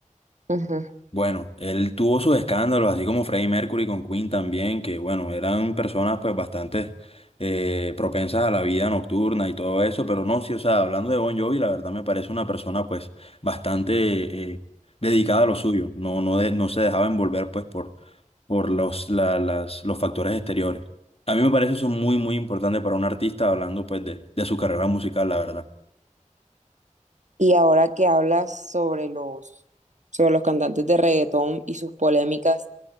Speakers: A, on the right; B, on the left.
A: -huh.
B: Bueno, él tuvo sus escándalos, así como Freddie Mercury con Queen también, que bueno, eran personas pues bastante eh, propensas a la vida nocturna y todo eso, pero no, sí, o sea, hablando de Bon Jovi, la verdad me parece una persona pues bastante eh, dedicada a lo suyo, no, no, de- no se dejaba envolver pues por, por los, la- las, los factores exteriores. A mí me parece eso muy, muy importante para un artista hablando pues de, de su carrera musical, la verdad.
A: Y ahora que hablas sobre los, sobre los cantantes de reggaetón y sus polémicas,